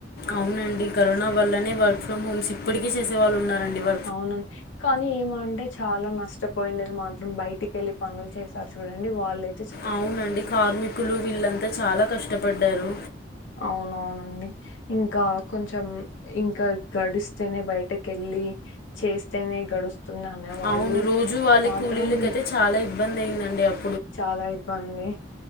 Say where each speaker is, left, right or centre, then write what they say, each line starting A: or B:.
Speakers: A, on the left; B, on the left.
A: అవునండి కరోనా వల్లనే వర్క్ ఫ్రమ్ హోమ్స్ ఇప్పటికీ చేసేవాళ్ళు ఉన్నారండి వ.
B: అవును కానీ ఏమంటే చాలా నష్టపోయింది నేన్ మాత్రం బయటికి వెళ్ళి పనులు చేశారు చూడండి వాళ్ళై
A: అవునండి కార్మికులు వీళ్ళంతా చాలా కష్టపడ్డారు
B: అవున అవునండి ఇంకా కొంచెం ఇంకా గడిస్తేనే బయటకెళ్ళి చేస్తేనే గడుస్తుంది అనే వాళ్ళు
A: అవును రోజు వాళ్ళ
B: మాత్రం
A: కూలీలకైతే చాలా ఇబ్బంది అయిందండి అప్
B: చాలా ఇబ్బంది